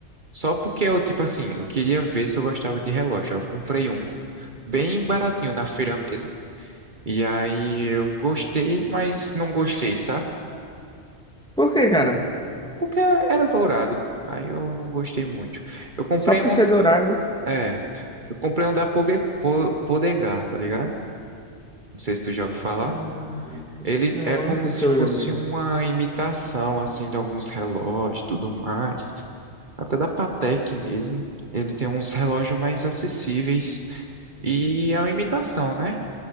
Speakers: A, on the right; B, in the centre.
A: Só porque eu, tipo assim, eu queria ver se eu gostava de relógio. Eu comprei um bem baratinho na feira mesmo. E aí eu gostei, mas não gostei, sabe?
B: Por quê, cara?
A: Porque era dourado. Aí eu não gostei muito. Eu comprei
B: Só por
A: um,
B: ser
A: do-
B: dourado.
A: é, eu comprei um da Poge- Po- Podegar, tá ligado? Não sei se tu já ouviu falar.
B: Hum, hum,
A: Ele
B: hum,
A: é como
B: não sei
A: se
B: se eu
A: fosse
B: já mesmo.
A: uma imitação, assim, de alguns relógios, e tudo mais. Até da Patek mesmo. Ele tem uns relógios mais acessíveis. E é uma imitação, né?